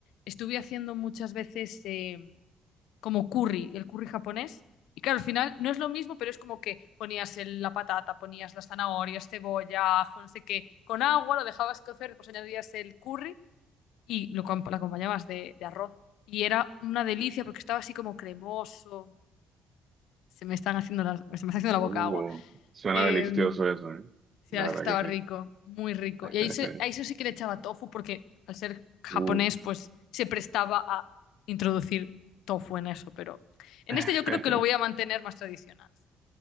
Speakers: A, on the left (about 85°); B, on the right (about 35°).
A: estuve haciendo muchas veces eh, como curry, el curry japonés. Y claro, al final no es lo mismo, pero es como que ponías el- la patata, ponías las zanahorias, cebolla, ajo, no sé qué, con agua, lo dejabas cocer, después añadías el curry y lo, com- lo acompañabas de, de arroz. Y era una delicia porque estaba así como cremoso. Se me están haciendo las- se me está haciendo
B: uh,
A: la boca agua.
B: suena
A: Em,
B: delicioso eso, ¿eh?
A: sí,
B: La
A: la verdad es
B: verdad
A: que estaba
B: que
A: rico,
B: sí.
A: muy rico.
B: <laughs>
A: Y a eso, a eso sí que le echaba tofu porque al ser japonés,
B: Uh.
A: pues se prestaba a introducir tofu en eso, pero en
B: <laughs>
A: este yo creo que lo voy a mantener más tradicional.